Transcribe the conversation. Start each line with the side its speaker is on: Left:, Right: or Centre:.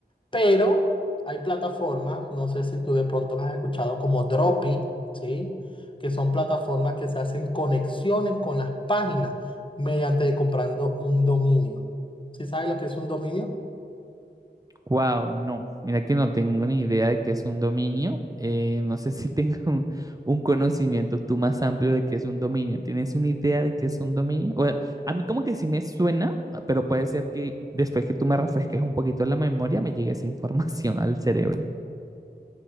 Left: Pero hay plataformas, no sé si tú de pronto las has escuchado, como Dropi, ¿sí? Que son plataformas que se hacen conexiones con las páginas mediante comprando un dominio. ¿Sí sabes lo que es un dominio?
Right: Wow, no, mira que no tengo ni idea de qué es un dominio. eh, no sé si <laughs> tengo un, un conocimiento tú más amplio de qué es un dominio. ¿Tienes una idea de qué es un dominio? Bueno, a mí como que sí me suena, ah, pero puede ser que después que tú me refresques un poquito la memoria me llegue esa <laughs> información al cerebro.